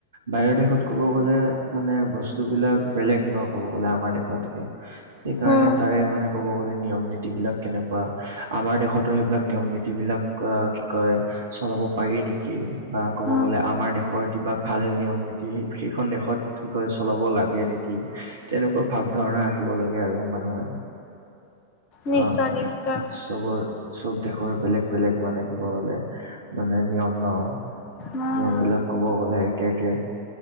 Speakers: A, on the right; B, on the left.
A: বাহিৰৰ দেশত ক'ব গ'লে মানে বস্ তুবিলাক বেলেগ ন' ক'ব গ'লে, আমাৰ দেশতকে। সেইকাৰণে
B: উম
A: তাৰে মানে ক'ব গ'লে, নিয়ম-নীতিবিলাক কেনেকুৱা, আমাৰ দেশতো সেইবিলাক নিয়ম-নীতিবিলাক কি কয় চলাব পাৰি নেকি বা ক'ব
B: উম
A: গ'লে আমাৰ দেশৰ কিবা ভাল নিয়ম-নীতি সেইখন দেশত কি কয় চলাব লাগে নেকি, তেনেকুৱা ভাৱ ধাৰণা আহিব লাগে আৰু মানুহে।
B: নিশ্চয়
A: কাৰণ
B: নিশ্চয়
A: চবৰ- চব দেশৰ বেলেগ - বেলেগ মানে কি কব গ'লে, মানে নিয়ম ন'
B: উম
A: নিয়মবিলাক ক'ব গ'লে, একে - একে,